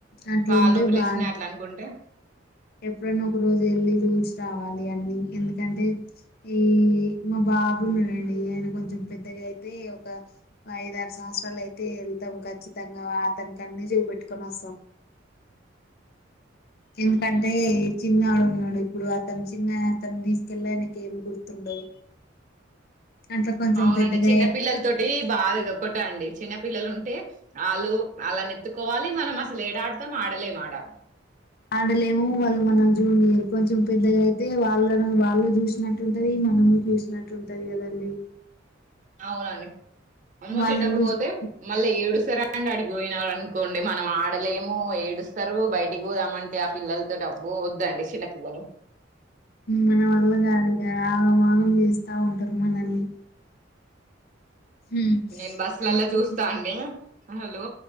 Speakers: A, on the left; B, on the right.
A: అట్లుంటే
B: కాళ్ళు నొప్పిలేస్తున్నాయి
A: బాగా <inaudible>
B: అట్లా అనుకుంటే.
A: ఎప్పుడన్నా ఒక రోజు ఎళ్ళి జూసి రావాలి అన్ని ఎందుకంటే ఈ మా బాబున్నడండి ఆయన కొంచెం పెద్దగా అయితే ఒక ఐద ఆరు సంవత్సరాలు అయితే ఎళ్తాం. ఖచ్చితంగా అతనికన్ని జూపెట్టుకొని ఒస్తాం. ఎందుకంటే చిన్నాడు ఉన్నడు ఇప్పుడు అతను చిన్న అతను తీసుకెళ్లా ఆయనకి ఏమి గుర్తుండదు. అట్లా కొంచెం
B: అవునండి
A: పెద్దగా
B: చిన్నపిల్లల
A: అయ్యాక
B: తోటి బాధ ఇది ఒకటే అండి చిన్నపిల్లలు ఉంటే ఆళ్లు ఆళ్ల నెత్తుకోవాలి మనం అసలు ఏడా ఆడుతాం ఆడలేం ఆడ
A: ఆడలేము వాళ్లు మనల్ని జూడనీయరు కొంచెం పెద్దగా అయితే వాళ్లను వాళ్లు చూసినట్లు ఉంటది మనము చూస్ నట్టుఉంటది కదండి.
B: అవునండి అమ్మో
A: వాళ్ళని
B: చిన్నప్పుడు
A: చూసి
B: బోతే మళ్ళ ఏడుస్తరు అండి అడిగికిపోయినారు అనుకోండి మనం ఆడలేము, ఏడుస్తరు బయటికి పోదామంటే ఆ పిల్లలతో టి అబ్బో వద్దండి చిన్నపిల్లలు.
A: మన వల్ల కాదు ఇగ ఆగం ఆగం చేస్తా ఉంటరు మనల్ని. హ్మ్.
B: నేను బస్సులల్ల
A: అందుకే
B: చూస్తా అండి అసలు